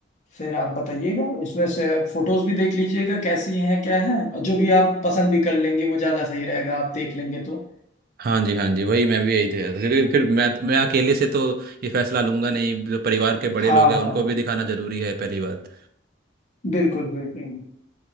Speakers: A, on the left; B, on the right.
A: फिर आप बताइएगा उसमें से फोटोज भी देख लीजिएगा कैसी हैं क्या है जो भी आप पसंद भी कर लेंगे वो ज्यादा सही रहेगा आप देख लेंगे तो
B: हाँ जी हाँ जी वही मैं भी यही कह रहा था क्योंकि फिर मैं मैं अकेले से तो ये फैसला लूंगा नहीं जो परिवार के बड़े
A: हाँ
B: लोग हैं उनको
A: हाँ
B: भी दिखाना जरूरी है पहली बात
A: बिल्कुल बिल्कुल